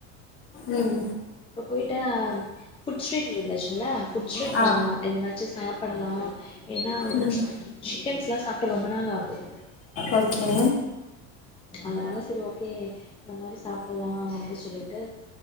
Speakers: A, on the left (about 40°); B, on the left (about 15°).
A: உம்
B: அப்பொ பொயிட்டா ஃபுட் ஸ்ட்ரீட் இருந்துச்சில்ல ஃபுட் ஸ்ட்ரீட்
A: ஆ
B: போனோ எதனாச்சு சாப்புடலா ஏனா
A: ம்
B: சிக்கன்ஸ்லா சாப்ட்டு ரொம்ப நாள் ஆவ்து
A: அச்சோ
B: அதனால சரி ஓகே இந்த மாரி சாப்புட்லா அப்டி சொல்லிட்டு